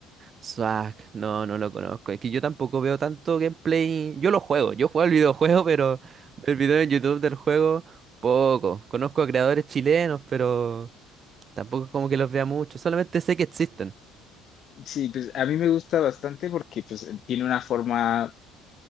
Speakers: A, on the right (about 30°); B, on the left (about 40°).
A: Zack, no, no lo conozco. Es que yo tampoco veo tanto gameplay. Yo lo juego, yo juego el videojuego, pero el video en YouTube del juego, poco. Conozco a creadores chilenos, pero tampoco es como que los vea mucho. Solamente sé que existen.
B: Sí, pues a mí me gusta bastante porque pues tiene una forma